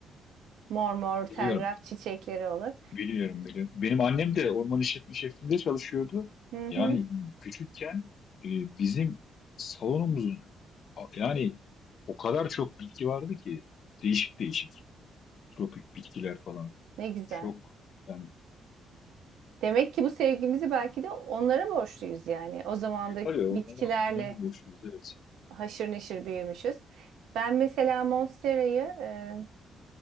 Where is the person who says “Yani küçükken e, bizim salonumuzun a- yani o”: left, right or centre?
Left